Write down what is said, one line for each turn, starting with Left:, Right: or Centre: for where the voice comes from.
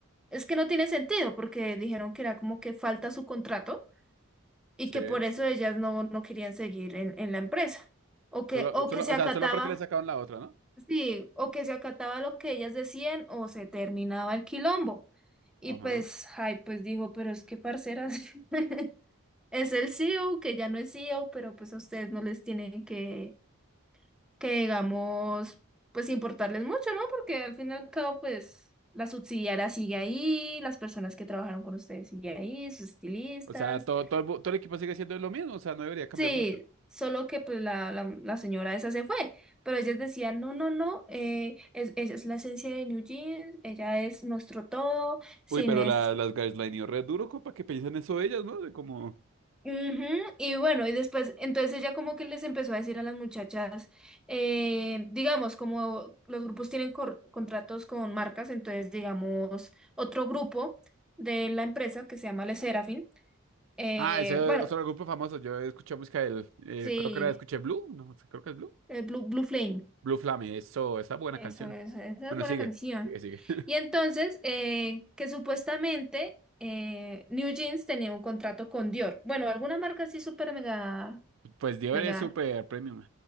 Centre: es que no tiene sentido, porque dijeron que era como que falta su contrato y
Right: Sí.
Centre: que por eso ellas no, no querían seguir en, en la empresa, o que,
Right: Solo,
Centre: o
Right: solo,
Centre: que se
Right: o
Centre: acataba.
Right: sea, solo porque le sacaron la otra, ¿no?
Centre: Sí, o que se acataba lo que ellas decían o se terminaba el quilombo. Y
Right: Ajá.
Centre: pues, ay, pues dijo, pero es que parceras, <laughs> es el CEO que ya no es CEO, pero pues a ustedes no les tienen que, que digamos, pues importarles mucho, ¿no? Porque al fin y al cabo, pues la subsidiaria sigue ahí, las personas que trabajaron con ustedes sigue ahí, sus estilistas.
Right: O sea, todo, todo, el, bu- todo el equipo sigue siendo lo mismo, o sea, no debería cambiar
Centre: Sí,
Right: mucho.
Centre: solo que pues la, la, la señora esa se fue, pero ellas decían, no, no, no, eh, es, ella es la esencia de New Jeans, ella es nuestro todo, sin
Right: Uy, pero
Centre: es...
Right: la, las gaslightió red duro, compa, que piensan eso ellas, ¿no? De como...
Centre: Ujú, Y bueno, y después, entonces ella como que les empezó a decir a las muchachas, eh, digamos, como los grupos tienen cor- contratos con marcas, entonces digamos, otro grupo de la empresa que se llama Le Serafin, eh,
Right: Ah, ese
Centre: bueno,
Right: es otro grupo famoso. Yo escuché música del, eh,
Centre: sí,
Right: creo que era, escuché Blue, no sé, creo que es Blue.
Centre: eh, Blue, Blue Flame.
Right: Blue Flame, eso, esa buena
Centre: Eso,
Right: canción.
Centre: eso, esa
Right: Bueno,
Centre: es buena
Right: sigue,
Centre: canción.
Right: sigue, sigue. <laughs>
Centre: Y entonces, eh, que supuestamente eh, New Jeans tenía un contrato con Dior. Bueno, alguna marca así súper mega,
Right: Pues Dior
Centre: mega,
Right: es súper premium.